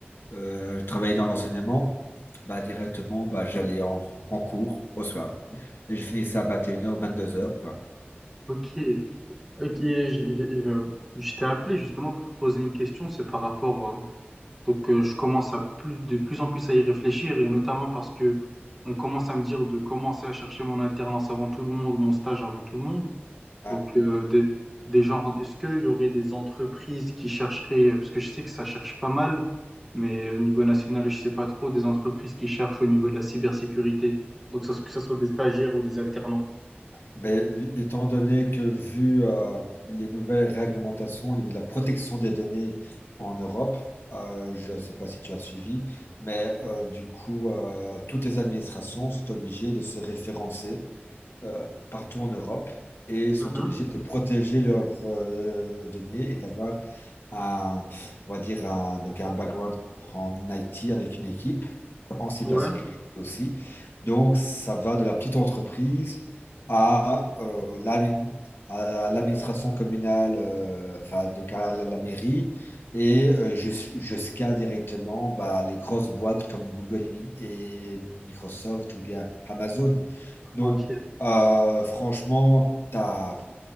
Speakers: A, on the left (about 70°); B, in the centre.
A: euh, travailler dans l'enseignement, bah, directement, bah, j'allais en, en cours au soir. Et je finissais à 21 vingt-deux heures quoi.
B: Ok, ok, j'ai- j'ai- je je t'ai appelé justement pour te poser une question, c'est par rapport, euh, donc euh, je commence à plus, de plus en plus à y réfléchir et notamment parce que on commence à me dire de commencer à chercher mon alternance avant tout le monde, mon stage avant tout le monde.
A: Ah,
B: Donc, euh, des, des genres, est-ce qu'il y aurait des entreprises qui chercheraient, parce que je sais que ça cherche pas mal, mais au niveau national, je sais pas trop, des entreprises qui cherchent au niveau de la cybersécurité. Donc, ça- que ce soit des stagiaires ou des alternants.
A: Ben, étant donné que, vu euh, les nouvelles réglementations au niveau de la protection des données en Europe, euh, je ne sais pas si tu as suivi, mais euh, du coup, euh, toutes les administrations sont obligées de se référencer euh, partout en Europe et sont
B: Mhm.
A: obligés de protéger leurs euh, données et d'avoir un, on va dire un, donc un background en IT avec une équipe en cybersécurité
B: Ouais.
A: aussi. Donc, ça va de la petite entreprise à euh, l'admin- à l'administration communale, euh, enfin, de à la, la mairie, et euh, jus- jusqu'à directement bah, les grosses boîtes comme Google et Mi- et Microsoft ou bien Amazon. Donc,
B: Ok.
A: euh, franchement, t'as,